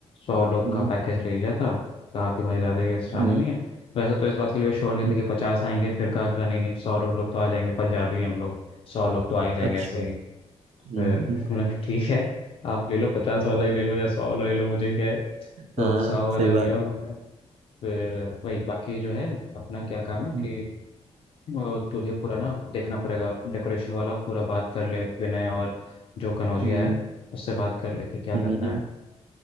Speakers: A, on the left; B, on the right.
A: सौ लोग
B: हम्म
A: का पैकेज ले लिया था कहा कि भाई ज़्यादा गेस्ट आने
B: हम्म
A: नहीं है वैसे तो इस बात के लिए श्योर नहीं
B: हम्म,
A: थे कि पचास आएंगे फिर कहा कहा नहीं नहीं सौ लोग तो आ जाएंगे पंजाबी हम लोग सौ लोग तो आ ही जाएंगे
B: अच्छा
A: ऐसे ही
B: हम्म
A: फिर <laughs> मैंने कहा, ठीक है आप ले लो पचास वाला ही ले लो या सौ वाला ले लो मुझे क्या है तो
B: हाँ
A: सौ वाला
B: सही
A: लिया
B: बात
A: उन्होंने
B: है
A: फिर वही बाकी जो है अपना क्या काम
B: हम्म,
A: है कि अ, तुझे पूरा ना देखना पड़ेगा डेकोरेशन वाला पूरा बात कर ले विनय और जो कनौजिया
B: हम्म,
A: है उससे बात कर ले कि क्या
B: हम्म।
A: करना है